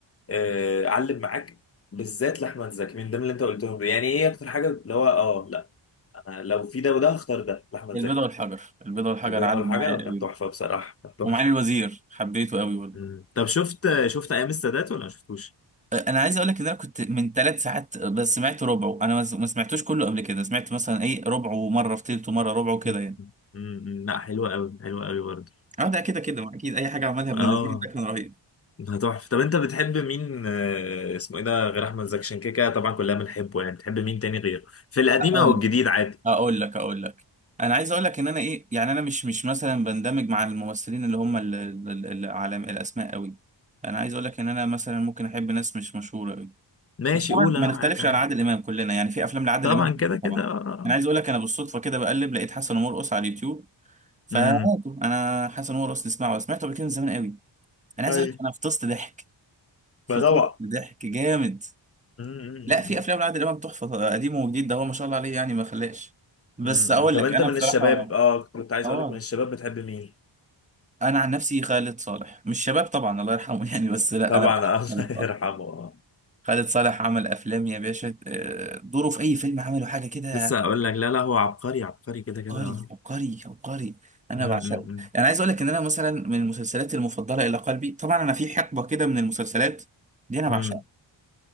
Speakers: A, on the left; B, on the right.
A: آه... علم معاك بالذات لأحمد زكي من ضمن اللي انت قلتهم يعني ايه اكتر حاجة اللي هو اه لا انا لو في ده وده هختار ده لأحمد
B: البيضة
A: زكي
B: والحجر البيضة والحجر
A: البداية
B: علم
A: والحجر
B: معايا قوي
A: كانت تحفة بصراحة كانت تحفة
B: ومعالي الوزير حبيته قوي برضه
A: مم. طب شفت شفت ايام السادات ولا ما شفتوش؟
B: آه، انا عايز اقول لك ان انا كنت من ثلاث ساعات بس سمعت ربعه انا ما ما سمعتوش كله قبل كده سمعت مثلا ايه ربعه مره في تلته مره ربعه كده
A: مم.
B: يعني
A: مم. لا حلوه قوي حلوه قوي برضه
B: اه ده كده كده ما اكيد اي حاجه عملها ابن
A: اه
B: الذين ده كان رهيب
A: ده تحفه طب انت بتحب مين آه، اسمه ايه ده غير احمد زكي عشان كده كده طبعا كلنا بنحبه يعني بتحب مين تاني غيره في القديم
B: اقول
A: او الجديد
B: لك
A: عادي
B: اقول لك اقول لك انا عايز اقول لك ان انا ايه يعني انا مش مش مثلا بندمج مع الممثلين اللي هم ال- ال- ال- العالم الاسماء قوي انا عايز اقول لك ان انا مثلا ممكن احب ناس مش مشهوره قوي
A: ماشي
B: بس طبعا
A: قول
B: ما
A: انا
B: نختلفش
A: معاك عادي
B: على عادل امام كلنا يعني في افلام لعادل
A: طبعا
B: امام
A: كده كده
B: طبعا
A: آه.
B: انا عايز اقول لك انا بالصدفه كده بقلب لقيت حسن ومرقص على اليوتيوب فهاته
A: امم
B: انا حسن ومرقص نسمعه سمعته قبل كده من زمان قوي انا عايز
A: ايوه
B: اقول لك انا فطست ضحك فطست
A: ما طبعا
B: ضحك جامد
A: أمم.
B: لا في افلام لعادل امام تحفه قديم وجديد ده هو ما شاء الله عليه يعني ما خلاش بس
A: أمم.
B: اقول
A: طب
B: لك
A: انت
B: انا
A: من
B: بصراحه
A: الشباب اه كنت عايز
B: اه
A: اقول لك من الشباب بتحب مين؟
B: انا عن نفسي خالد صالح مش شباب طبعا الله يرحمه <laughs> يعني بس لا
A: طبعا
B: انا بحب
A: الله
B: خالد صالح
A: <laughs> يرحمه اه
B: خالد صالح عمل افلام يا باشا آه، دوره في اي فيلم عمله حاجه كده
A: لسه اقول لك لا لا هو عبقري عبقري كده كده
B: عبقري
A: اه
B: عبقري عبقري انا
A: امم
B: بعشقه انا عايز اقول لك ان انا مثلا من المسلسلات المفضله الى قلبي طبعا انا في حقبه كده من المسلسلات دي انا
A: امم
B: بعشقها